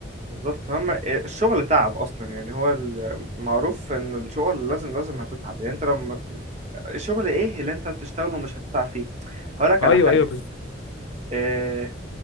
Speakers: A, on the right; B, on the left.
A: بالظبط هم آه، الشغل تعب اصلا يعني هو المعروف ان الشغل لازم لازم هتتعب يعني انت لما الشغل ايه اللي انت هتشتغله مش هتتعب فيه هقولك
B: ايوه
A: على حاجه
B: ايوه بز-
A: آه،